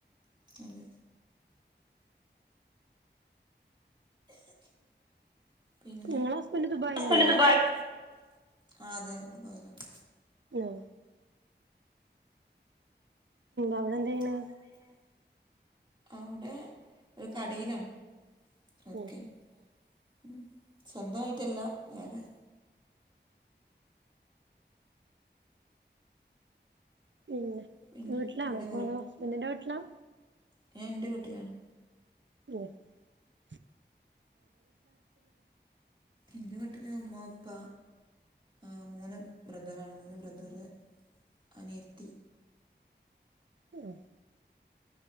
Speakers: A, on the right; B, on the right.
A: അതെ പിന്നെ
B: നിങ്ങളെ ഹസ്ബൻഡ് ദുബായിലല്ലേ
A: ആഹ് അതെ ദുബായിലാണ്.
B: ഉം.
A: ഉം
B: അവിടെ എന്ത് ചെയ്യണ്
A: അവിടെ എന്തയ് ണ് അവ്ടെ ഒരു കടയിലാണ് വർക്ക്.
B: ഉം
A: ഉം സ്വന്തയിട്ടല്ല വേറെ.
B: പിന്നെ
A: പിന്നെ
B: വീട്ടിലാണോപ്പ
A: ഇവിടെ
B: ഹസ്ബൻഡിന്റെ വീട്ടില.
A: ഞാ എന്റെ വീട്ടിലാണ്.
B: ഓഫ്
A: എന്റെ വീട്ടില് ഉമ്മ അപ്പ. ആഹ് മൂന്ന് ബ്രദറാണ് മൂന്ന് ബ്രദറ് അനിയത്തി.
B: ഉം.